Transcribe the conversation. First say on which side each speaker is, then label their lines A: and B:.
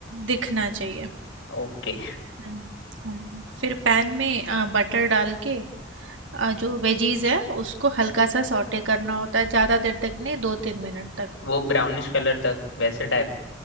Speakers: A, on the right; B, on the left.
A: दिखना चाहिए
B: ओके
A: हम्म हम्म। फिर पैन में अ, बटर डाल के अ, जो वेजीज है उसको हल्का सा सौटे करना होता है ज़्यादा देर तक नहीं दो तीन मिनट तक
B: वो ब्राउनिश कलर तक वैसे टाइप